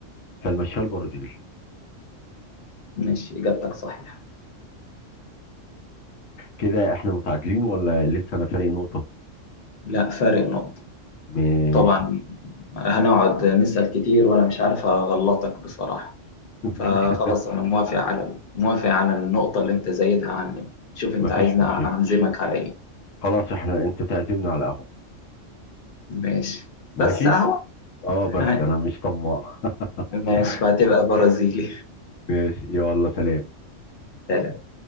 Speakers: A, on the left; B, on the left.
A: فالمشاه البرازيلي
B: ماشي إجابتك صحيحة
A: كده احنا متعادلين ولا لسه انا فارق نقطه
B: لا فارق نقطة
A: ماشي
B: طبعا هنقعد نسأل كتير وأنا مش عارف أغلطك بصراحة
A: <laughs>
B: فخلاص أنا موافق على موافق على النقطة اللي أنت زايدها عني شوف أنت
A: مفيش
B: عايزني
A: مشاكل
B: أعزمك على إيه
A: خلاص احنا انت تعزمنا على قهوه
B: ماشي
A: ماشي
B: بس أهو
A: اه
B: <laughs>
A: بس انا مش طماع
B: ماشي
A: <laughs>
B: فهتبقى برازيلي
A: ماشي يلا سلام
B: سلام